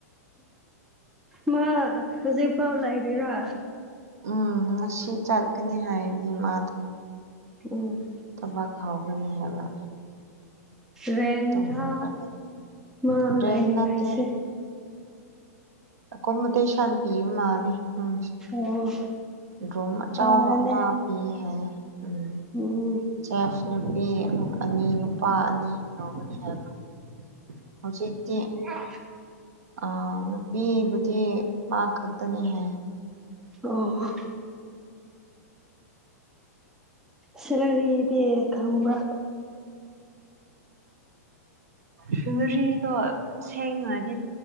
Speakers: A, in the centre; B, on the right.
A: ꯃꯥ ꯍꯧꯖꯤꯛꯐꯥꯎ ꯂꯔꯤꯔꯥ
B: ꯎꯝ ꯉꯁꯤ ꯆꯠꯀꯅꯤ ꯍꯥꯏ ꯃꯥꯗꯣ
A: ꯎꯝ
B: ꯊꯕꯛ ꯍꯥꯎꯒꯅꯤ ꯍꯥꯏꯕ
A: ꯔꯦꯟꯗ꯭ꯔꯥ
B: ꯇꯨꯝꯔꯒ ꯂꯩ
A: ꯃꯥ
B: ꯔꯦꯟ
A: ꯂꯩꯥꯛꯅꯤꯡꯉꯥꯏꯁꯦ
B: ꯅꯠꯇꯦ ꯑ ꯀꯣꯕꯗ ꯁꯥꯟꯇꯤꯕ ꯃꯥꯅꯦ ꯎꯝ
A: ꯑꯣ
B: ꯔꯣꯝ ꯑꯆꯕ
A: ꯐꯔꯦꯅꯦ
B: ꯑꯃ ꯄꯤ ꯍꯥꯏ ꯎꯝ
A: ꯎꯝ
B: ꯆꯦꯐ ꯅꯨꯄꯤ ꯑꯅꯤ ꯅꯨꯄꯥ ꯑꯅꯤ ꯉꯒꯅꯤ ꯍꯥꯏꯕ ꯍꯧꯖꯤꯛꯇꯤ
A: ꯍ꯫
B: ꯑ ꯅꯨꯄꯤꯕꯨꯗꯤ ꯃꯥ ꯈꯛꯇꯅꯤ ꯍꯥꯏꯌꯦ꯫
A: ꯑꯣ ꯍꯣ꯫ ꯁꯦꯂꯔꯤꯗꯤ ꯈꯪꯕꯔ꯫
B: ꯁꯦꯂꯔꯤꯗꯣ ꯁꯦꯡꯅꯗꯤ